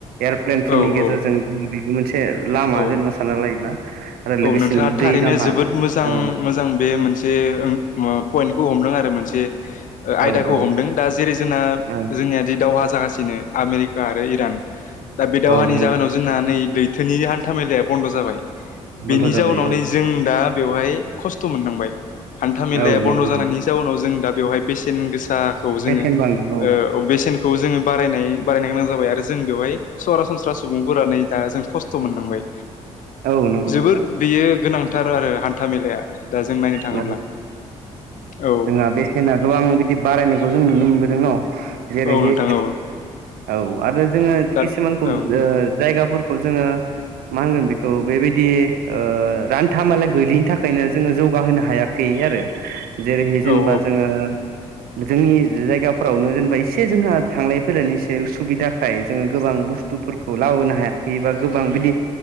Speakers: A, on the right (about 65°); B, on the left (about 50°).
A: एर'प्लेन फोरनि
B: औ
A: गेजेरजों
B: औ
A: <inaudible> बेबो मोनसे लामा जेनेबा
B: औ
A: सानना लायोबा आरो लोगोसेनो
B: औ नोंथाङा थारैनो
A: दै लामा
B: जोबोद मोजां
A: औ
B: मोजां बे मोनसे ए ओं पइन्टखौ हमदों आरो मोनसे ओ आयदाखौ
A: औ औ
B: हमदों दा जेरै जोंना
A: औ
B: जोंनियादि दावहा जागासिनो आमेरिक का आरो इरान दा बे दावहानि
A: औ नंगौ
B: जाहोनाव जोंना नै लैथोनि हान्था मेलाया बन्द' जाबाय।
A: बन्थ'
B: बेनि
A: जाबाय
B: जाउनाव
A: औ
B: नै जों दा बेवहाय खस्थ' मोननांबाय। हान्था मेलाया
A: औ
B: बन्द'
A: नंगौ
B: जानायनि जाउनाव जों दा बेवहाय बेसे सेन गोसाखौ जोङो
A: बेसेन बांदों
B: ओ औ बेसेनखौ जोङो बारायनाय बारायनो गोनां जाबाय आरो जों बेवहाय सरासनस्रा सुबुंफोरानो नै दा जों खस्थ' मोननांबाय।
A: औ नों
B: जोबोद बेयो गोनांथार आरो हान्था मेलाया। दा जों
A: <unintelligible>
B: नायनो थाङोब्ला औ
A: जोंहा बेसेना गोबां बिदि बारायनायखौ जों नुनो मोनबोदों न'? जेरैहै
B: औ नोंथां औ
A: औ आरो जोङो
B: दा
A: किसुमानखौ ओ
B: ओं
A: जायगाफोर खौ जोङो मा होनगोन बिखौ बेबायदि ओ रान्था मोला गोलैनि थाखायनो जोङो जौ बाहोनो हायाखै आरो जेरै जेनेबा
B: औ
A: जोङो जोंनि जायगाफोरावनो जेनेबा एसे जोंहा थांलाय फैलायनि एसे उसुबिदाखाय जोङो गोबां बां बुस्थुफोरखौ लाबोनो हायाखैबा गोबां बिदि